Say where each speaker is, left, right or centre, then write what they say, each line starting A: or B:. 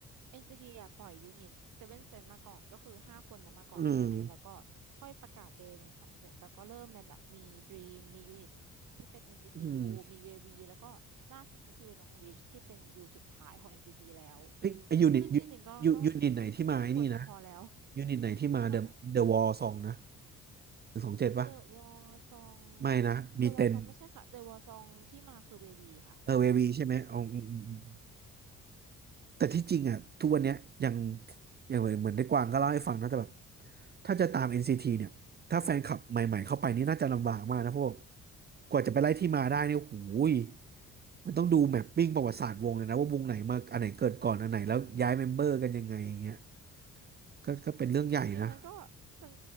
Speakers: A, on the right; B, on the right.
A: NCT อนซีทีอ่ะปล่อยยูนิตเซเว่นเซนมาก่อนก็คือห้าคนนะมาก่อนใช่ไหมแล้วก็ค่อยประกาศเดย์หนึ่งสองเสร็จแล้วก็เริ่มเป็นแบบมี
B: อืม
A: Dream มียูนิตที่เป็น NCTU
B: อืม
A: มี VV แล้วก็ล่าสุดก็คือน้องวิชที่เป็นยูสุดท้ายของ NCT แล้ว
B: ไอ้ยูนิตยูยูยูนิตไหนที่มาไอ้นี่นะ
A: ซึ่งจริงๆก็ก็ควรจะพอแล้ว
B: ยูนิตไหนที่มาเดอะเดอะวอลซองนะ
A: ที่มาเนี่ย
B: หนึ่งสองเจ็ดปะ
A: The w a r Song
B: ไม่นะมีเต็น
A: The w a l Song ไม่ใช่ค่ะ The w a r Song ที่มาคือ VV ค่ะ
B: เออเววีใช่ไหมอ๋ออืมอืมอืม แต่ที่จริงอ่ะทุกวันเนี้ยยังยังเหมือนได้กวางก็เล่าให้ฟังนะแต่แบบถ้าจะตาม NCT เนี่ยถ้าแฟนคลับใหม่ๆเข้าไปนี่น่าจะลำบากมากนะเพราะว่ากว่าจะไปไล่ที่มาได้เนี่ยโอ้โหยมันต้องดูแมปปิ้งประวัติศาสตร์วงเลยนะว่าวงไหนมาอันไหนเกิดก่อนอันไหนแล้วย้ายเมมเบอร์กันยังไงอย่างเงี้ยก็ก็เป็นเรื่องใหญ่นะ
A: จริงๆมันก็มัน